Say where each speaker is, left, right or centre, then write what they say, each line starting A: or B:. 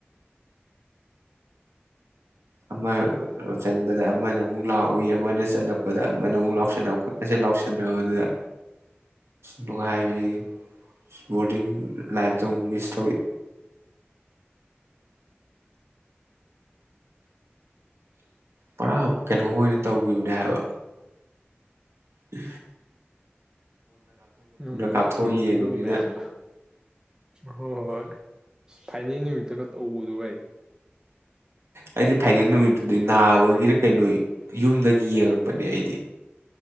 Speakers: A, on the right (about 80°); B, on the right (about 15°).
A: ꯑꯃ ꯆꯟꯕꯗ ꯑꯃꯅ ꯑꯃꯨꯛ ꯂꯥꯛꯎꯏ ꯑꯃꯅ ꯆꯜꯂꯛꯄꯗ ꯃꯧ ꯂꯥꯎꯁꯟꯅ ꯈꯣꯠꯄꯁꯦ ꯂꯥꯎꯁꯟꯅꯕꯗꯨꯗ ꯅꯨꯡꯉꯥꯏꯕꯅꯤ ꯕꯣꯔꯗꯤꯡ ꯂꯥꯏꯞꯇꯣ ꯑꯃꯨꯛ ꯃꯤꯁ ꯇꯧꯔꯛ ꯄꯨꯔꯥ ꯀꯩꯅꯣ ꯑꯣꯏꯅ ꯇꯧꯈꯤꯕꯅꯦ ꯍꯥꯏꯕ ꯎ
B: ꯅꯨꯡꯕꯨ
A: ꯀꯥꯞꯊꯣꯛꯑ
B: ꯅꯨꯡꯁꯤꯗ
A: ꯌꯦꯡꯉꯕꯅꯤꯅ
B: ꯑꯗꯨ ꯃꯌꯥꯝꯗꯣ ꯍꯣꯏ ꯍꯣꯏ ꯐꯥꯏꯅꯦꯜ ꯅꯨꯃꯤꯠꯇꯒ ꯇꯧꯕꯗꯣ ꯑꯩ
A: ꯑꯩꯗꯤ ꯐꯥꯏꯅꯦꯜ ꯅꯨꯃꯤꯠꯇꯨꯗꯤ ꯅꯥꯕꯒꯤꯔ ꯀꯩꯅꯣ ꯌꯨꯝꯗꯒꯤ ꯌꯦꯡꯉꯛꯄ ꯅꯦ ꯑꯩꯗꯤ